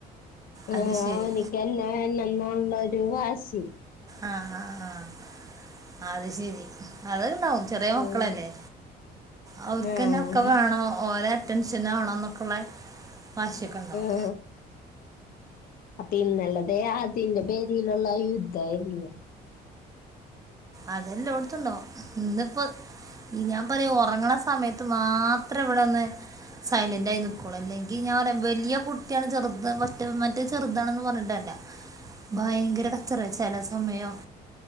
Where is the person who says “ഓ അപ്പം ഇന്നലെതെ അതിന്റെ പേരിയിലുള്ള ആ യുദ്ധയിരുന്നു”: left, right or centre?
Left